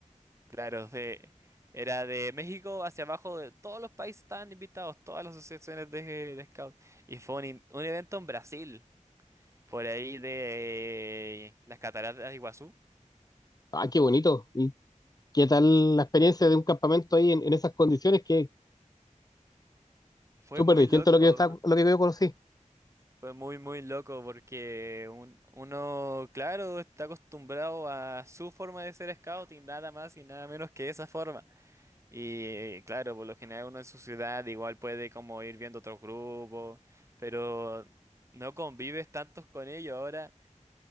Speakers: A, on the right (about 20°); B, on the left (about 30°).
A: Claro, de- era de México hacia abajo, de todos los países estaban invitados, todas las asociaciones de, de scout. Y fue un, in- un evento en Brasil, por ahí de las cataratas de Iguazú.
B: Ah, qué bonito. ¿Qué tal la experiencia de un campamento ahí en, en esas condiciones que es
A: Fue
B: súper
A: muy
B: distinto
A: loco,
B: a lo que yo estaba, a lo que yo conocí?
A: fue muy, muy loco, porque un- uno, claro, está acostumbrado a su forma de ser scout y nada más y nada menos que esa forma. Y claro, por lo general uno en su ciudad igual puede como ir viendo otros grupos, pero no convives tantos con ellos. Ahora